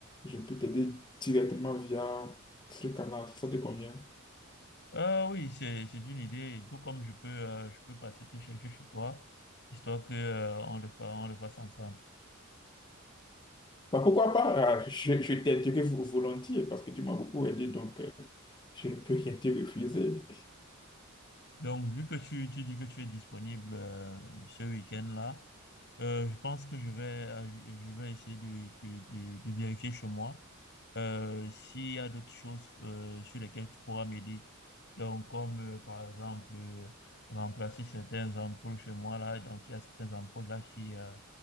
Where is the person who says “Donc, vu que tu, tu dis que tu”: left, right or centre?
Left